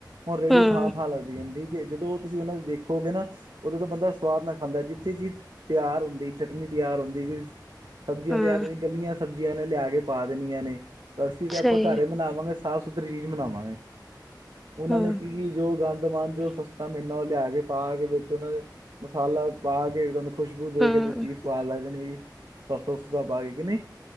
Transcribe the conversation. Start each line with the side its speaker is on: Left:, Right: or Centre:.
Right: ਹੁਣ ਰੇਅੜੀ
Centre: ਹਮ
Right: ਥਾਂ-ਥਾਂ ਲੱਗਦੀ ਹੁੰਦੀ, ਕੇ ਜਦੋਂ ਤੁਸੀਂ ਉਹਨਾਂ ਦੇਖੋਗੇ ਨਾ ਉਦੋਂ ਤੇ ਬੰਦਾ ਸਵਾਦ ਨਾਲ ਖਾਂਦਾ ਏ, ਜਿੱਥੇ ਚੀਜ਼ ਤਿਆਰ ਹੁੰਦੀ, ਚਟਨੀ ਤਿਆਰ ਹੁੰਦੀ। ਸਬਜ਼ੀਆਂ
Centre: ਹਮ
Right: ਤੇਆਰ ਹੁ, ਗੱਲੀਆਂ ਸਬਜ਼ੀਆਂ ਇਹਨੇ ਲਿਆ ਕੇ ਪਾ ਦੇਣੀਆਂ ਨੇ, ਅਸੀਂ ਤੇ ਆਪਾਂ
Centre: ਸਹੀ
Right: ਘਰ
Centre: ਹੈ
Right: ਬਨਾਵਾਂਗੇ ਸਾਫ਼ ਸੁਥਰੀ ਚੀਜ਼ ਬਨਾਵਾਂਗੇ, ਉਹਨਾਂ
Centre: ਹਮ
Right: ਨੇ ਕੀ ਜੋ ਗੰਦ ਮਨ ਜੋ ਸਸਤਾ ਮਿਲਨਾ, ਔਹ ਲਿਆ ਕੇ, ਪਾ ਕੇ ਵਿੱਚ ਉਅਨਾਂ ਦੇ, ਮਸਾਲਾ ਪਾ ਕੇ ਤੁਆਨੂੰ ਖੁਸ਼ਬੂ ਦੇ
Centre: ਹਮ
Right: ਕੇ ਤੇ ਚੀਜ਼ ਸਵਾਦ ਲੱਗ ਜਾਣੀ ਜੀ, ਸ ਸੌਸਾ ਪਾ ਕੇ ਕਿ ਨਈ?